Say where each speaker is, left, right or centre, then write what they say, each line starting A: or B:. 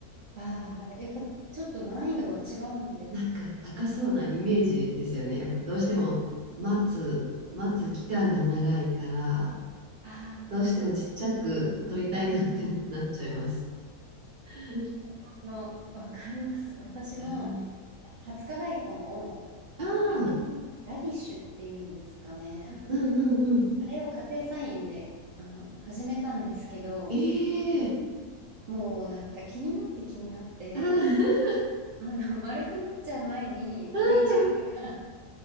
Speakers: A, on the right; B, on the right.
A: ああやっぱちょっと難易度が違うんです
B: なんか高そうなイメージですよね。
A: か
B: やっぱどうしても待つ、待つ期間が長いから、
A: ああ
B: どうしてもちっちゃく撮りたいなってなっちゃいます。
A: ー。
B: <laughs>
A: あの、わかります。私も、
B: うん
A: 20日大根を、
B: ああ、
A: あの、赤いラディッシュっていうんですかね。
B: うんうんうん。
A: あれを家庭菜園で、あの、始めたんですけど、
B: ええ
A: もうなんか気になって気になって、
B: あーあ
A: あの、丸くなっちゃう前に抜いちゃうとか、
B: ー、ああ